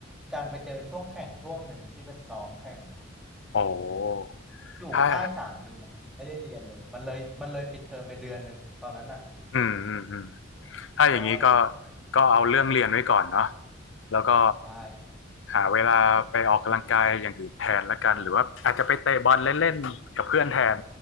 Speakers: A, in the centre; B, on the left.
A: ดันไปเจอช่วงแข่งช่วงหนึ่งที่เป็นซ้อมแข่งครับ
B: โอ้
A: อยู่ค่ายสามเดือนฮิมไม่ได้เรียนเลยมันเลยมันเลยปิดเทอมไปเดือนหนึ่งตอนนั้นอะ
B: ถ้าอืมอืมอืม ถ้าอย่างนี้ก็
A: ใช่ครับ
B: ก็เอาเรื่องเรียนไว้ก่อนเนาะแล้วก็
A: ใช่ครับ
B: หาเวลาไปออกกำลังกายอย่างอื่นแทนละกันหรือว่าอาจจะไปเตะบอลเล่นๆกับเพื่อนแทน